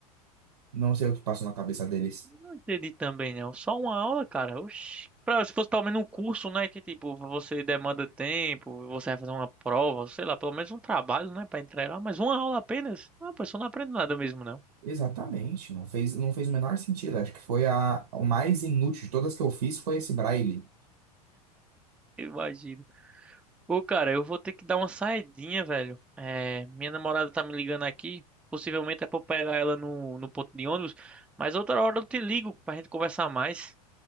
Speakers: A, on the right; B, in the centre.
A: Não sei o que passou na cabeça deles.
B: Não entendi também, não. Só uma aula, cara. Oxi. Pra- se fosse pelo menos um curso, né? Que tipo, você demanda tempo, você vai fazer uma prova, sei lá, pelo menos um trabalho, né? Pra entregar, mas uma aula apenas. Ah, a pessoa não aprende nada mesmo, não.
A: Exatamente, não fez, não fez o menor sentido. Acho que foi a, o mais inútil de todas que eu fiz foi esse Braille.
B: Eu imagino. Ô, cara, eu vou ter que dar uma saidinha, velho. É, minha namorada tá me ligando aqui. Possivelmente é pra eu pegar ela no, no ponto de ônibus. Mas outra hora eu te ligo pra gente conversar mais.